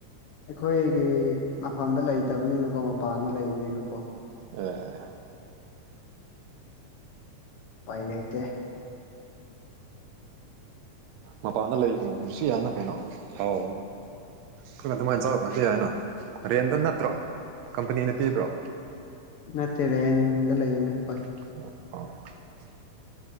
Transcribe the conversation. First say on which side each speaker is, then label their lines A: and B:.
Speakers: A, on the left; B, on the right.
A: ꯑꯩꯈꯣꯏꯒꯤ ꯃꯐꯝꯗ ꯂꯩꯇꯕꯅꯤꯅꯀꯣ ꯃꯄꯥꯟꯗ ꯂꯩꯕꯅꯤꯅꯀꯣ
B: ꯑꯣ
A: ꯎꯄꯥꯏ ꯂꯩꯇꯦ
B: ꯃꯄꯥꯟꯗ ꯂꯩꯕ꯭ꯔ‌ꯣ ꯁꯨ ꯌꯥꯅ ꯀꯩꯅꯣ ꯍꯥꯎ ꯈꯔꯥ ꯑꯗꯨꯃꯥꯏꯅ ꯆꯥꯎꯔꯗꯤ ꯌꯥꯏꯅ ꯔꯦꯟꯗ ꯅꯠꯇ꯭ꯔꯣ ꯀꯝꯄꯅꯤꯅ ꯄꯤꯕ꯭ꯔꯣ
A: ꯅꯠꯇꯦ ꯔꯦꯟꯗ ꯂꯩꯏꯕꯅꯦ ꯍꯣꯏ
B: <inaudible>